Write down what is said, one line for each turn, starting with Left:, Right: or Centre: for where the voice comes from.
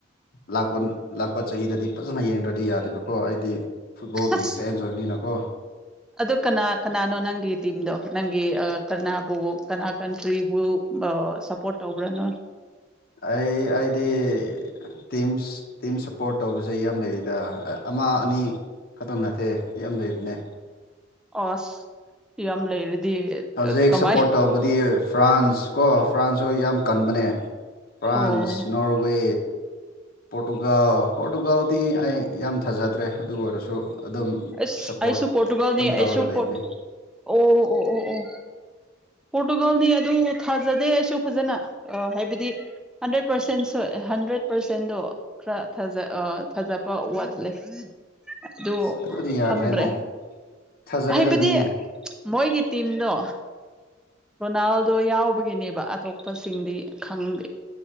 Left: ꯂꯥꯛꯄ ꯂꯥꯛꯄ ꯆꯍꯤꯗꯗꯤ ꯐꯖꯅ ꯌꯦꯡꯗ꯭ꯔꯗꯤ ꯌꯥꯗꯦꯕꯀꯣ ꯑꯩꯗꯤ ꯐꯨꯠꯕꯣꯜꯒꯤ
Centre: ꯑꯁ
Left: ꯐꯦꯟꯁ ꯑꯣꯏꯕꯅꯤꯅꯀꯣ
Centre: ꯑꯗꯨ ꯀꯅꯥ ꯀꯅꯥꯅꯣ ꯅꯪꯒꯤ ꯇꯤꯝꯗꯣ ꯅꯪꯒꯤ ꯀꯅꯥꯕꯨ ꯀꯅꯥ ꯀꯟꯇ꯭ꯔꯤꯕꯨ ꯁꯞꯄꯣꯔꯠ ꯇꯧꯕ꯭ꯔꯥꯅꯣ
Left: ꯑꯩ ꯑꯩꯗꯤ ꯇꯤꯝ ꯇꯤꯝ ꯁꯞꯄꯣꯔꯠ ꯇꯧꯕꯁꯦ ꯌꯥꯝꯌꯥꯝ ꯂꯩꯔꯤꯗ ꯑꯃ ꯑꯅꯤ ꯈꯛꯇꯪ ꯅꯠꯇꯦ ꯌꯥꯝ ꯂꯩꯕꯅꯦ
Centre: ꯑꯁ ꯌꯥꯝ ꯂꯩꯔꯗꯤ
Left: ꯍꯧꯖꯤꯛ
Centre: ꯀꯃꯥꯏ
Left: ꯁꯞꯄꯣꯔꯠ ꯇꯧꯕꯗꯤ ꯐ꯭ꯔꯥꯟꯁ ꯀꯣ ꯐ꯭ꯔꯥꯟꯁꯁꯨ ꯌꯥꯝ ꯀꯟꯕꯅꯦ ꯐ꯭ꯔꯥꯟꯁ
Centre: ꯑꯣ
Left: ꯅꯣꯔꯋꯦ ꯄꯣꯔꯇꯨꯒꯥꯜ ꯄꯣꯔꯇꯨꯒꯥꯜꯗꯤ ꯑꯩ ꯌꯥꯝ ꯐꯖꯗ꯭ꯔꯦ ꯑꯗꯨ ꯑꯣꯏꯔꯁꯨ ꯑꯗꯨꯝ
Centre: ꯁ
Left: ꯁꯞꯄꯣꯔꯠ
Centre: ꯑꯩꯁꯨ ꯄꯣꯇꯨꯒꯜꯅꯤ
Left: ꯑꯗꯨꯝ
Centre: ꯑꯩꯁꯨ
Left: ꯇꯧꯔꯒ ꯂꯩꯕꯅꯦ
Centre: ꯄꯣꯨ ꯑꯣ ꯑꯣ ꯑꯣ ꯑꯣ ꯄꯣꯔꯇꯨꯒꯥꯜꯅꯤ ꯑꯗꯨ ꯊꯥꯖꯗꯦ ꯑꯩꯁꯨ ꯐꯖꯅ ꯍꯥꯏꯕꯗꯤ ꯍꯟꯗ꯭ꯔꯦꯠ ꯄꯥꯔꯁꯦꯟꯁꯨ ꯍꯟꯗ꯭ꯔꯦꯠ ꯄꯥꯔꯁꯦꯟꯗꯣ ꯈꯔꯖ ꯊꯥꯖꯕ ꯋꯥꯠꯂꯦ ꯑꯗꯨꯗ
Left: ꯑꯁ ꯑꯗꯨꯗꯤ ꯌꯥꯗ꯭ꯔꯦꯅꯦ
Centre: ꯈꯪꯗ꯭ꯔꯦ
Left: ꯊꯥꯖꯒꯗꯕꯅꯤꯅꯦ
Centre: ꯍꯥꯏꯕꯗꯤ ꯃꯣꯏꯒꯤ ꯇꯤꯝꯗꯣ ꯔꯣꯅꯥꯜꯗꯣ ꯌꯥꯎꯕꯒꯤꯅꯦꯕ ꯑꯇꯣꯞꯄꯁꯤꯡꯗꯤ ꯈꯪꯗꯦ